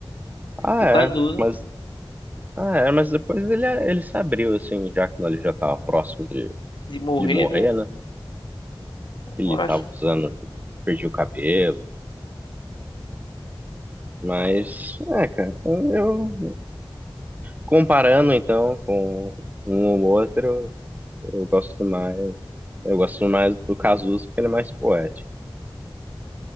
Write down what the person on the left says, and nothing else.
O
Cazuza,
de morrer,
né?
Agora
acho